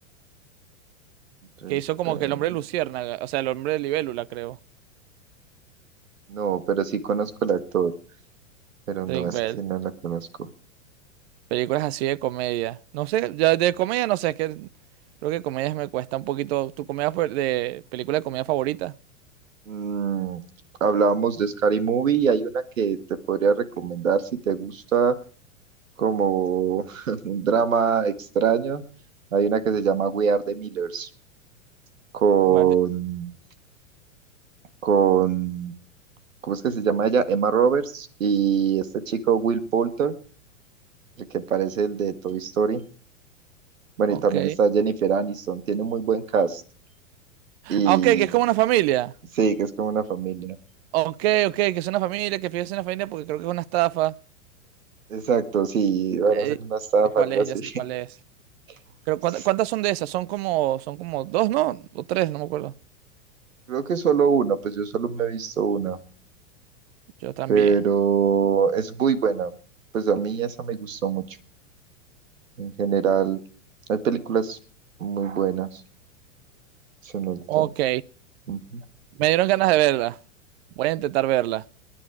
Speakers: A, on the right (about 90°); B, on the right (about 55°).
A: Drake
B: Que hizo como
A: Bell.
B: que el hombre luciérnaga, o sea, el hombre de libélula, creo.
A: No, pero sí conozco al actor, pero no,
B: Drake
A: esa
B: Bell.
A: sí no la conozco.
B: Películas así de comedia. No sé, ya de comedia no sé, es que creo que comedias me cuesta un poquito. ¿Tu comedia fa- de película de comedia favorita?
A: Mm, hablábamos de Scary Movie y hay una que te podría recomendar si te gusta como <laughs> un drama extraño. Hay una que se llama We Are the Millers con
B: Guardian
A: con, ¿cómo es que se llama ella? Emma Roberts y este chico Will Poulter, el que parece el de Toy Story. Bueno,
B: Ok.
A: y también está Jennifer Aniston, tiene un muy buen cast. Y
B: Ah, ok, que es como una familia.
A: sí, que es como una familia.
B: Ok, ok, que es una familia, que fíjese una familia porque creo que es una estafa.
A: Exacto, sí, van
B: Eh,
A: a hacer una estafa,
B: ¿cuál
A: algo
B: es?
A: así.
B: Ya sé cuál es.
A: <laughs>
B: Creo, ¿cuánta- ¿cuántas son de esas? Son como, son como dos, ¿no? O tres, no me acuerdo.
A: Creo que solo uno, pues yo solo me he visto una,
B: Yo también.
A: pero es muy buena. Pues a mí esa me gustó mucho. En general, hay películas muy buenas. Son ultra-
B: Ok.
A: ujú.
B: Me dieron ganas de verla. Voy a intentar verla.